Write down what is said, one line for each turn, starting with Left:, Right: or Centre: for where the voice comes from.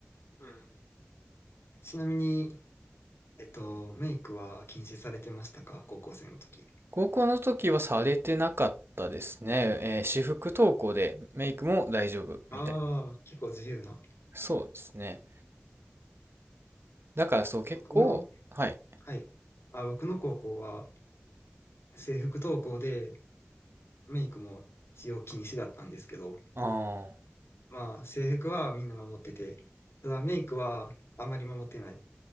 Left: うん。ちなみに、えっと、メイクは禁止されてましたか高校生の時。
Right: 高校の時はされてなかったですね。えー私服登校でメイクも大丈夫みたい。
Left: ああ、
Right: な
Left: 結構自由な。
Right: そうですね。だからそう結構、
Left: 僕の、
Right: はい。
Left: はい。あ、僕の高校は制服登校でメイクも使用禁止だったんですけど、
Right: ああ。
Left: まあ制服はみんな守ってて、ただメイクはあまり守ってない。